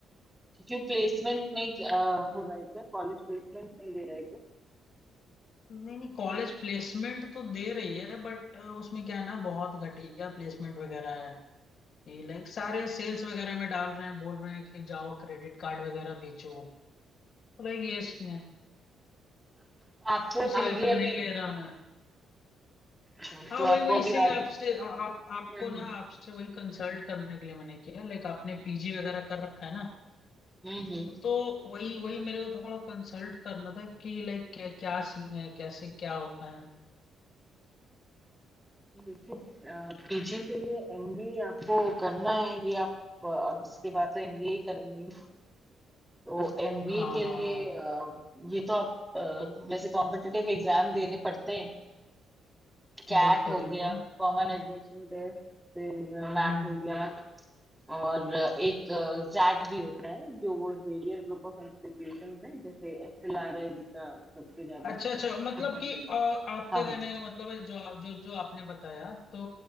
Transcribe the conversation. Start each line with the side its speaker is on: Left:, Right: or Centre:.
Centre: छुट्टी प्लेसमेंट नहीं अ, हो रहा है क्या कॉलेज प्लेसमेंट नहीं दे रहा है क्या
Left: नहीं नहीं कॉलेज प्लेसमेंट तो दे रही है बट उसमें क्या है ना बहुत घटिया प्लेसमेंट वगैरह है कि लाइक सारे सेल्स वगैरह में डाल रहे हैं बोल रहे हैं कि जाओ क्रेडिट कार्ड वगैरह बेचो तो लाइक ये सीन है
Centre: तो आपको
Left: तो इसीलिए
Centre: आगे
Left: फिर नहीं
Centre: अभी
Left: ले रहा मैं
Centre: अच्छा,
Left: हाँ
Centre: तो
Left: वही
Centre: आपको
Left: वही
Centre: अभी
Left: इसीलिए
Centre: आगे
Left: आपसे आ, आप आपको
Centre: हम्म
Left: ना आपसे वही कंसल्ट करने के लिए मैंने किया लाइक आपने पीजी वगैरह कर रखा है ना
Centre: हम्म हम्म।
Left: तो वही वही मेरे को थोड़ा कंसल्ट करना था कि लाइक क्या क्या सीन है कैसे क्या होता है
Centre: देखिए पीजी के लिए एमबीए आपको करना है ये आप अ, अब इसके बाद तो एमबीए ही करेंगे तो एमबीए
Left: हाँ
Centre: के
Left: हाँ
Centre: लिए
Left: हाँ
Centre: अ, ये तो आप अ, जैसे कॉम्पिटिटिव एग्जाम देने पड़ते हैं कैट
Left: बिल्कुल
Centre: हो गया
Left: बिल्कुल
Centre: कॉमन एडमिशन टेस्ट फिर मैट
Left: हम्म हम्म,
Centre: हो गया
Left: हम्म। हम्म।
Centre: और एक जैट भी होता है जो वो जेवियर ग्रुप ऑफ इंस्टीट्यूशंस है जैसे एचएलआरआई जिसका सबसे ज्यादा
Left: अच्छा अच्छा
Centre: फेमस
Left: मतलब कि
Centre: है
Left: अ, आपके
Centre: हाँ
Left: कहने का मतलब है जो आप जो जो आपने बताया तो